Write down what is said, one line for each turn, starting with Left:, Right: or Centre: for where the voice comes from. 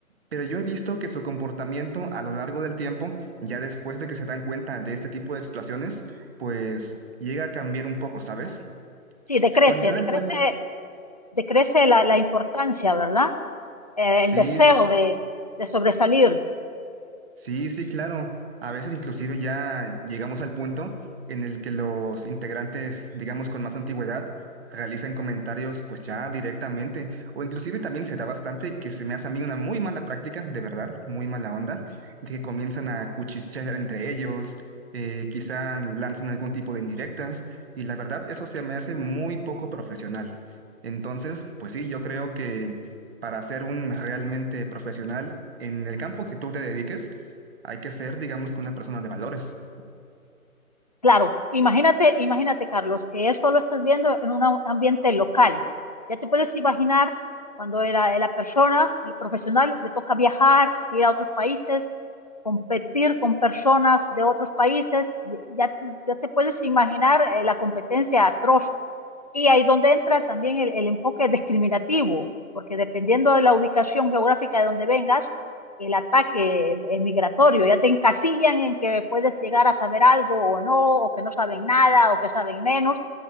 Right: pero yo he visto que su comportamiento a lo largo del tiempo, ya después de que se dan cuenta de este tipo de situaciones, pues llega a cambiar un poco, ¿sabes?
Left: Sí, decrece,
Right: Cuando se dan
Left: decrece,
Right: cuenta,
Left: decrece la, la importancia, ¿verdad? Eh,
Right: sí,
Left: el deseo de, de sobresalir.
Right: Sí, sí, claro. A veces inclusive ya llegamos al punto en el que los integrantes, digamos, con más antigüedad, realizan comentarios pues ya directamente. O inclusive también se da bastante que se me hace a mí una muy mala práctica, de verdad, muy mala onda, de que comienzan a cuchichear entre ellos, eh, quizá lanzan algún tipo de indirectas, y la verdad eso se me hace muy poco profesional. Entonces, pues sí, yo creo que para ser un realmente profesional en el campo que tú te dediques, hay que ser, digamos, que una persona de valores.
Left: Claro, imagínate, imagínate, Carlos, que eso lo estás viendo en un am- ambiente local. Ya te puedes imaginar cuando la, la persona, el profesional, le toca viajar, ir a otros países, competir con personas de otros países, y- ya, ya te puedes imaginar eh, la competencia atroz y ahí donde entra también el, el enfoque discriminativo, porque dependiendo de la ubicación geográfica de donde vengas, el ataque eh, migratorio, ya te encasillan en que puedes llegar a saber algo o no, o que no saben nada, o que saben menos,